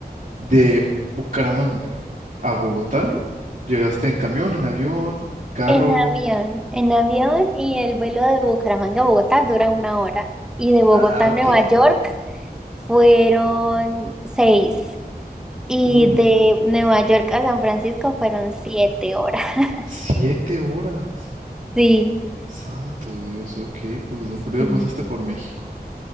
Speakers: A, on the right; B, in the centre.
A: de Bucaramanga a Bogotá,
B: ¿Mm?
A: llegaste en camión, en avión, carro.
B: En avión, en avión y el vuelo de Bucaramanga a Bogotá dura una hora y de Bogotá
A: Ah,
B: a
A: ok.
B: Nueva York. Fueron seis. Y
A: Uy,
B: de Nueva York a San Francisco fueron siete horas. <laughs>
A: siete horas.
B: Sí,
A: Santo Dios, ok, pues de
B: sí.
A: perdido pasaste por México.